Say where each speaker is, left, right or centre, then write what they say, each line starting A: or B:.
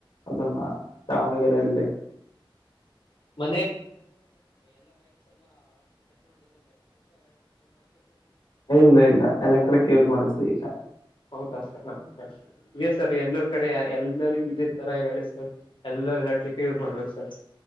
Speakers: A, on the left; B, on the left.
A: ಅದನ್ನ ದಾವಣಗೆರೆಯಲ್ಲಿ.
B: ಮ
A: ಇಲ್ಲ ಇಲ್ಲ ಎಲೆಕ್ಟ್ರಿಕ್ ಯೂಸ್ ಮಾಡ್ತಿವಿ ಈಗ.
B: ಹೌದಾ ಸರ್ ಎ ಸರ್ ಎಲ್ಲರ್ ಕಡೆ ಎಲ್ಲಾರಿಗೂ ಇದೆ ತರ ಹೇಳಿ ಸರ್ ಎಲ್ಲಾ. ಲ ಲಾಟಿಕೆ ಯುಸ್ ಮಾಡ್ಬೇಕ್ ಸರ್.